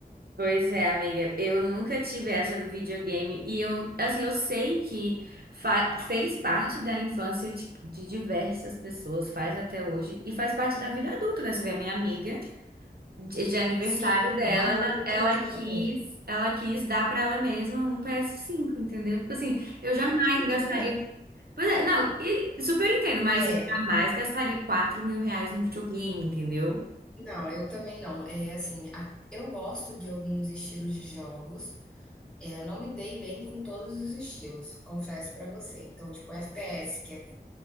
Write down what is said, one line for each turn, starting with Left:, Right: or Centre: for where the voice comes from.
Right: Pois é, amiga, eu nunca tive essa do videogame e eu, assim, eu sei que fa- fez parte da infância, tipo, de diversas pessoas, faz até hoje e faz parte da vida adulta, né? Você vê a minha amiga, de, de aniversário
Centre: Sim,
Right: dela,
Centre: uma adulta
Right: ela, ela
Centre: que
Right: quis,
Centre: joga.
Right: ela quis dar pra ela mesma um ps cinco entendeu? Tipo assim, eu jamais
Centre: Ok,
Right: gastaria.
Centre: tudo bem.
Right: Pois é, não, e super entendo, mas
Centre: É,
Right: eu jamais gastaria 4 mil reais num videogame, entendeu?
Centre: não, eu também não. É assim, a- eu gosto de alguns estilos de jogos. É, eu não me dei bem com todos os estilos, confesso pra você. Então, tipo, FPS, que é